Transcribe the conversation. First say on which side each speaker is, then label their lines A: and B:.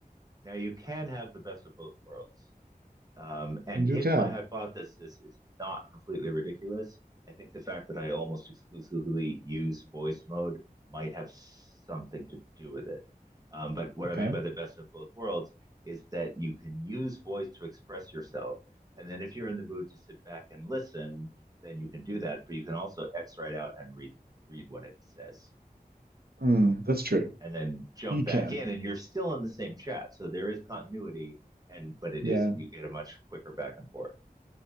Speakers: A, on the right; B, on the right.
A: Now, you can have the best of both worlds. Um, and
B: Do
A: if
B: tell.
A: my hypothesis is not completely ridiculous, I think the fact that I almost exclusively use voice mode might have something to do with it. Um, but what
B: Okay.
A: I mean by the best of both worlds is that you can use voice to express yourself. And then if you're in the mood to sit back and listen, then you can do that. But you can also X right out and read read what it says
B: Mm, that's true.
A: and then jump
B: You
A: back
B: can.
A: in and you're still in the same chat. So there is continuity and but it
B: Yeah.
A: is you get a much quicker back and forth.